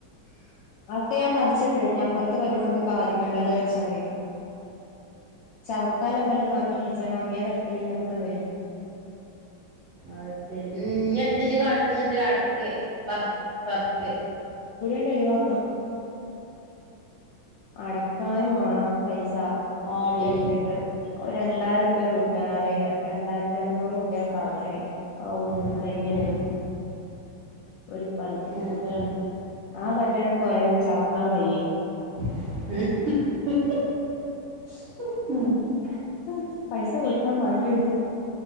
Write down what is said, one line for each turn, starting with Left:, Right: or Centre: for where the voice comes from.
Left: അതൊക്കെ ഞാൻ പറിച്ചിട്ട്ഴ അപ്പുറത്തെ പല്ലുമൊക്കെ ബാധിക്കണ്ടല്ലോ വരിച്ചോണ്ട ചവക്കാല പല്ലല് മാത്രം വെച്ചോണ്ട് അങ്ങേ തൽക്കൊക്കെ ഉണ്ട
Right: അത് ശരി നീ എത്തച്ച കാട്ടിരന്നിട്ട് അടക്കേെ പർ പർക്ക്
Left: യഴിവാക്കണം അടക്കാനും വേണം പൈസ
Right: ആടീ
Left: രചിട്ട് രണ്ടായിര പേർ ചക്കനാലയ്യൻ രണ്ടായിരത്തി അറനൂറ് ഉപ്യ കവർയ്യാ ഔ
Right: ഉം
Left: കഴിഞ്ഞില്ലേ ഒരു പല്ല്
Right: അങ്ങൻത്താണ്
Left: ആ പല്ലാണ് പോയാലും ചവക്കാൻ കഴേ
Right: <unintelligible> <unintelligible> <unintelligible> <unintelligible> <unintelligible>
Left: ഉ പൈസ <unintelligible> കൊടുക്കാൻ വേണ്ടണ